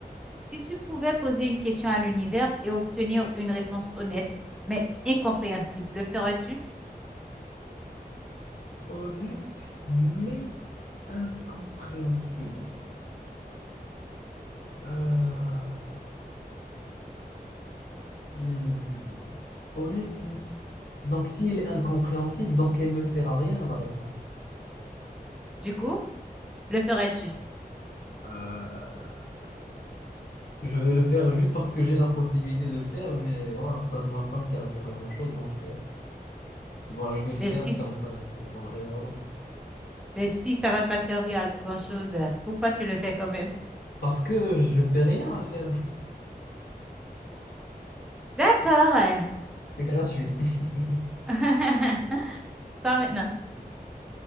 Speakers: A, in the centre; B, on the left.
A: Si tu pouvais poser une question à l'univers et obtenir une réponse honnête, mais incompréhensible, le ferais-tu?
B: Honnête, mais incompréhensible. Euh, hmm. Honnête, mais... Donc, si elle est incompréhensible, donc elle me sert à rien, la réponse.
A: Du coup, le ferais-tu?
B: Euh, je vais le faire juste parce que j'ai la possibilité de le faire, mais voilà, ça ne va pas me servir à grand-chose. Donc, euh, voilà, je vais le
A: Le
B: faire
A: si.
B: comme ça. Et, c'est- voilà, et voilà.
A: Mais si ça va pas servir à grand-chose, euh, pourquoi tu le fais quand même?
B: Parce que je paie rien à le faire. <laughs>
A: D'accord. euh.
B: C'est gratuit. <laughs>
A: <laughs> Toi maintenant.